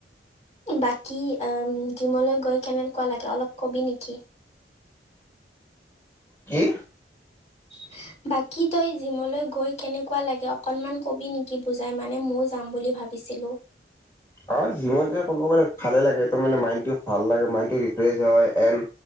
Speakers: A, on the left; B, on the left.
A: বাকী জিমলৈ গৈ কেনেকুৱা লাগে, অলপ কবি নেকি?
B: কি?
A: <unintelligible> বাকী তই জিমলৈ গৈ কেনেকুৱা লাগে, অকনমান কবি নেকি বুজাই মানে ময়ও যাম বুলি ভাব ভাবিছিলোঁ।
B: অ' জিমত যায় ক'ব গ'লে ভালে লাগে, মাইণ্ডটো ভাল লাগে, মাইণ্ড ৰিফ্ৰছ হয়, এন্দ